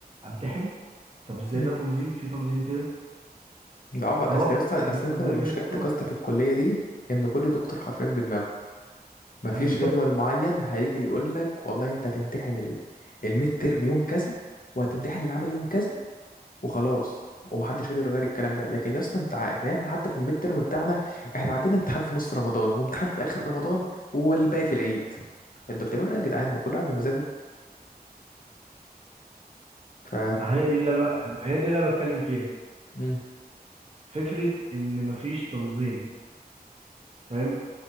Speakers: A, on the right; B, on the left.
A: امتحن طب ازاي
B: مم.
A: ده تنظيم في تنظيم كده
B: ده عبط
A: فهو
B: اصل يا اسطى اصل
A: يعني الكليه
B: انت مشكلتك
A: يا اسطى
B: يا اسطى في الكليه دي ان كل دكتور حرفيا بدماغه مفيش
A: آه، بالظبط
B: جدول معين هيجي يقول لك والله انت هتمتحن ال- الميد تيرم يوم كذا وهتمتحن العمل يوم كذا وخلاص ومحدش قادر يغير الكلام ده لكن يا اسطى انت ع- احنا احنا حتى في الميد ترم بتاعنا احنا عندنا امتحان في نص رمضان وامتحان في اخر رمضان والباقي في العيد فانتوا بتعملوا ايه يا جدعان هو كل واحد بمزاجه ف
A: ما هي دي اللي أنا... هي دي اللي انا بتكلم فيها
B: امم
A: فكره ان مفيش تنظيم فاهم